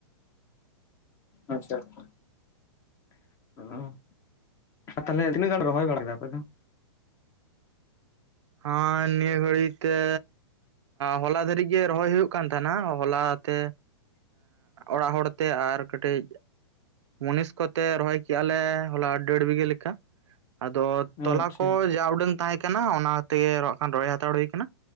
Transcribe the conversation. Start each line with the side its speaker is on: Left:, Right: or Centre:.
Left: ᱟᱪᱪᱷᱟ ᱟᱪᱪᱷᱟ <unintelligible> ᱛᱟᱦᱚᱞᱮ ᱛᱤᱱᱟᱹᱜ ᱜᱟᱱ ᱨᱚᱦᱚᱭ ᱵᱟᱲᱟ ᱠᱮᱫᱟ ᱟᱯᱮ ᱫᱚᱼᱼ
Right: ᱦᱮᱸ ᱱᱤᱭᱟᱹ ᱜᱷᱟᱲᱤᱡ ᱛᱮ ᱦᱚᱞᱟ ᱫᱷᱟᱨᱤᱡ ᱜᱮ ᱨᱚᱦᱚᱭ ᱦᱩᱭᱩᱜ ᱦᱩᱭᱩᱜ ᱠᱟᱱ ᱛᱟᱦᱮᱱᱟ ᱦᱚᱞᱟ ᱛᱮ ᱚᱲᱟᱜ ᱦᱚᱲ ᱛᱮ ᱟᱨ ᱠᱟᱹᱴᱤᱡᱼᱼ ᱢᱩᱱᱤᱥ ᱠᱚᱛᱮ ᱨᱚᱦᱚᱭ ᱠᱮᱜᱼᱟ ᱞᱮ ᱦᱚᱞᱟ ᱫᱮᱲ ᱵᱤᱜᱟᱹ ᱞᱮᱠᱟᱼᱼ ᱟᱫᱚ ᱛᱚᱞᱟ
Left: ᱟᱪᱪᱷᱟ
Right: ᱠᱚ ᱡᱟ ᱩᱰᱟᱹᱝ ᱛᱟᱦᱮᱸ ᱠᱟᱱᱟ ᱚᱱᱟ ᱛᱮ ᱜᱮ ᱟᱠᱷᱟᱱ ᱨᱚᱦᱚᱭ ᱦᱟᱛᱟᱲ ᱦᱩᱭ ᱠᱟᱱᱟ